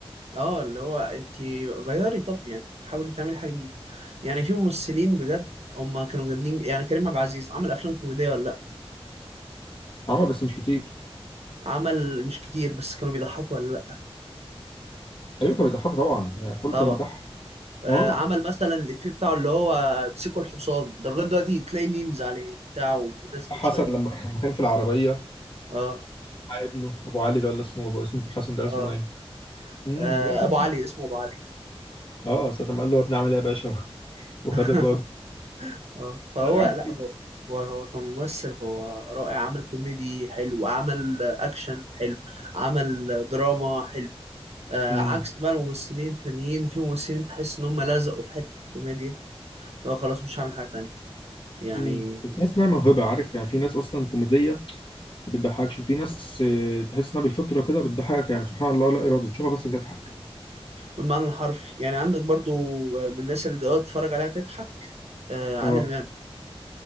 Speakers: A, on the right (about 90°); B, on the left (about 55°).
A: آه اللي هو أنت غيري طب يعني حاولي تعملي حاجة جديدة يعني في ممثلين بجد هما كانوا جامدين يعني كريم عبد العزيز عمل أفلام كوميدية ولا لأ؟
B: عمل بس مش كتير
A: عمل مش كتير بس كانوا بيضحكوا ولا لأ؟
B: ايوه كان بيضحكوا طبعا يعني كله
A: طبعا
B: كان بيضحك
A: آه،
B: اه
A: عمل مثلا الإفيه بتاعه اللي هو امسكوا الحصان ده لغاية دلوقتي تلاقي ميمز عليه وبتاع وناس بتشيره
B: حسن لما كان <laughs> كان في العربيه
A: اه
B: ابنه ابو علي ده ولا اسمه ابو اسمه ابو حسن ده
A: اه
B: اسمه ايه امم
A: آه،
B: لا عمل-
A: أبو علي اسمه أبو علي
B: اه ساعة ما قال له يا ابني عمل ايه يا باشا <laughs> وخد
A: <laughs>
B: الراجل
A: اه فهو
B: لا عادي
A: لا هو هو هو كممثل هو رائع عمل كوميدي حلو عمل أكشن حلو عمل دراما حلو آه
B: امم
A: عكس بقى الممثلين التانيين في ممثلين تحس إن هم لزقوا في حتة الكوميديا لو خلاص مش هعمل حاجة تانية يعني
B: امم بس تحس انها موهبه عارف يعني في ناس اصلا كوميديه ما بتضحكش وفي ناس آه، تحس انها بالفطره كده بتضحكك يعني سبحان الله لا ارادي تشوفها بس تضحك
A: بالمعنى الحرفي يعني عندك برضو آه، من الناس اللي تقعد تتفرج عليها تضحك آه عادل
B: اه
A: إمام